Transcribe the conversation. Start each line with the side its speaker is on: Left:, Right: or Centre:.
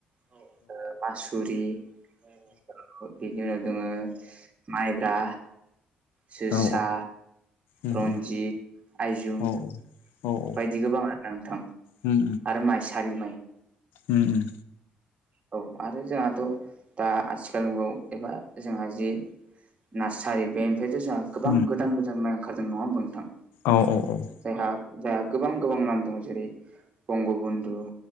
Right: औ औ ओ मासुरि औ औ बेनि उनाव दोङो माइब्रा। जोसा
Left: औ उम
Right: रन्जित आइजुम।
Left: उम औ औ
Right: बायदि गोबां आरो ना नोंथां
Left: उम
Right: आरो माइसालि माइ।
Left: उम उम
Right: औ आरो जोंहाथ' दा आथिखाल मुगायाव एबा जोंहा जि नार्सारि बेनिफ्रायथ' जोंहा गोबां
Left: उम
Right: गोदान गोदान माइ ओंखारदों नङा होनबा नोंथां?
Left: औ औ औ
Right: जायहा जोहा गोबां गोबां नाम दं जेरै बंग बन्धु